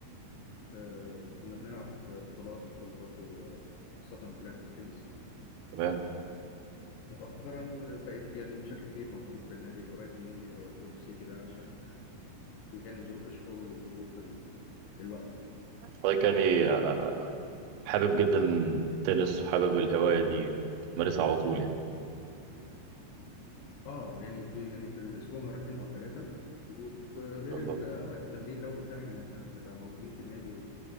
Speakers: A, on the left; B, on the right.
A: آه، وكنا بنلعب بطولات برضه آه، خاصة في لعبة التنس
B: تمام
A: مؤخرا بقيت يعني بشكل كبير موجود في النادي القريب مني اللي هو الجولف سيتي ده عشان يعني ظروف الشغل وظروف ال- الوقت
B: حضرتك يعني آه، حابب جدا التنس وحابب الهواية دي وتمارسها على طول يعني
A: اه يعني ب- يعني في الاسبوع مرتين او ثلاثه وفي
B: ان
A: غير
B: شاء الله
A: ال- اوقات التمرين لو متاح ان احنا نبقى موجودين في النادي و-